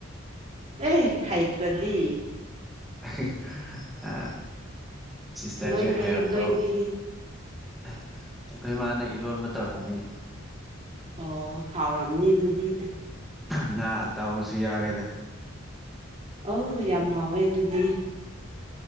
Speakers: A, on the right; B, in the centre.
A: ꯑꯦ ꯍꯩꯇ꯭ꯔꯗꯤ
B: ꯍꯑꯍꯤ ꯍꯥ ꯁꯤꯁꯇꯔꯁꯦ
A: ꯅꯣꯏꯗꯤ
B: ꯍꯩꯔꯝꯗꯧ
A: ꯅꯣꯏꯗꯤ
B: ꯑꯩꯈꯣꯏ ꯃꯥꯅ ꯏꯔꯣꯟꯕ ꯇꯧꯔꯝꯃꯦ
A: ꯑꯣ ꯍꯥꯎꯔꯝꯅꯤ ꯑꯗꯨꯗꯤ
B: ꯉꯥ ꯑꯇꯥꯎꯕꯁꯨ ꯌꯥꯎꯋꯤꯗ
A: ꯑꯣ ꯌꯥꯝ ꯍꯥꯎꯋꯦ ꯑꯗꯨꯗꯤ